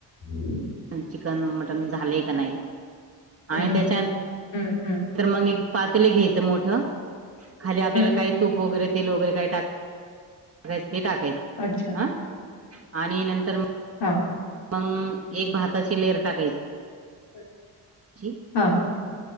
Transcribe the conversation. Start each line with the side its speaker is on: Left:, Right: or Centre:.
Left: हम्म.
Right: चिकन मटन झालेय का नाही आणि
Left: हं,
Right: त्याच्या.
Left: हं, हं,
Right: तर मंग एक, पातेल घ्यायचं मोठं. खाली आपल्याला
Left: हं.
Right: काही तूप वगैरे तेल वगैरे, काही टाक - रेसपी टाकाय
Left: आच्छा.
Right: आं. आणि नंतर म
Left: हां,
Right: मंग. एक भाताची, लेयर टाकायची.
Left: हं, हां,